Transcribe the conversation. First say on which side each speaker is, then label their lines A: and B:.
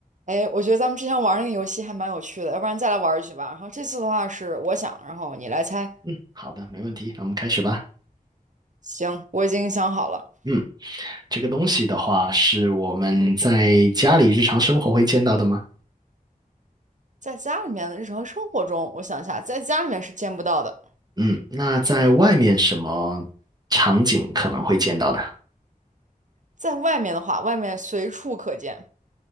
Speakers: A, on the right; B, on the right.
A: 哎，我觉得咱们之前玩那个游戏还蛮有趣的，要不然再来玩一局吧。然后这次的话是我想，然后你来猜。
B: 嗯，好的，没问题，那我们开始吧。
A: 行，我已经想好了，
B: 嗯，这个东西的话，是我们在家里日常生活会见到的吗？
A: 在家里面的日常生活中，我想一下，在家里面是见不到的，
B: 嗯，那在外面什么场景可能会见到呢？
A: 在外面的话，外面随处可见，